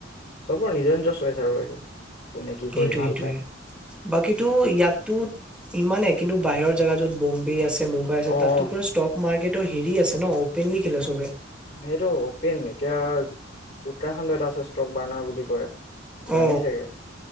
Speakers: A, on the left (about 40°); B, in the centre.
A: চবৰ নিজৰ নিজৰ আৰু এইটো কোনে কি কৰি
B: এইটোোৱে
A: ভাল
B: এইটোৱে
A: পায়
B: বাকীো ইয়াতো ইমানে কিন্তু বাহিৰৰ জেগা যত বম্বে আছে মুম্বাই আছে
A: অ',
B: তাততো পৰা ষ্টক মাৰ্কেট হেৰি আছে ন অপেনলি খেলে চবে
A: সেইটো অপেন এতিয়া। উত্তৰাখণ্ড এটা আছে ষ্টক বাৰ্ণাৰ বুলি কয়। জানিছেগে
B: অ